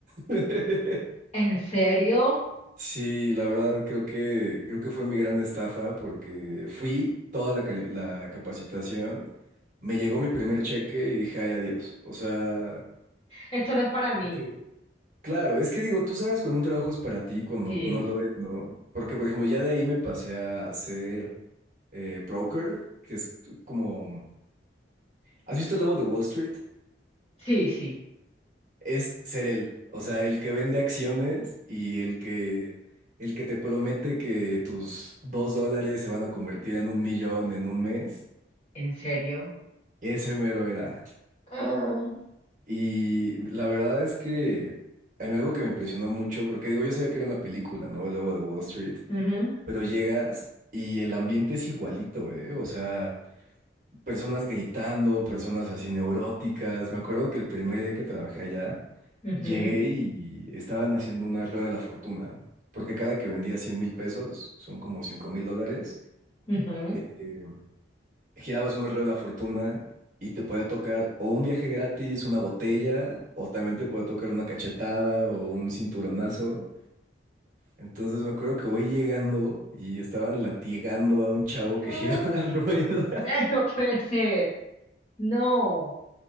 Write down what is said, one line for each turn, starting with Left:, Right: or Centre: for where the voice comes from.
Right: <laughs>
Left: ¿En serio?
Right: Sí, la verdad creo que creo que fue mi gran estafa porque fui toda la, cali- la capacitación, me llegó mi primer cheque y dije, ay, adiós. O sea,
Left: Esto no es para mí.
Right: Porque claro, es que digo, tú sabes cuando un trabajo es para ti, y cuando
Left: Sí,
Right: no lo es, ¿no? Porque, por ejemplo, ya de ahí me pasé a ser eh, broker, que es como... ¿Has visto el lobo de Wall Street?
Left: sí, sí,
Right: es ser él. O sea, el que vende acciones y el que, el que te promete que tus dos dólares se van a convertir en un millón en un mes.
Left: en serio.
Right: Ese mero era.
Left: Ah,
Right: Y la verdad es que a mí algo que me impresionó mucho, porque digo, yo sabía que era una película, ¿no? El lobo de Wall Street,
Left: Ujú,
Right: pero llegas y el ambiente es igualito, ¿eh? O sea... personas gritando, personas así neuróticas. Me acuerdo que el primer día que trabajé allá,
Left: ujú,
Right: llegué y estaban haciendo una rueda de la fortuna, porque cada que vendía cien mil pesos, son como cinco mil dólares,
Left: ujú.
Right: eh, eh, girabas una rueda de la fortuna y te podía tocar o un viaje gratis, una botella, o también te podía tocar una cachetada o un cinturonazo. Entonces me acuerdo que voy llegando y estaban latigando a un chavo que
Left: Ah,
Right: <laughs> giraba la rueda.
Left: ay, no puede ser. No.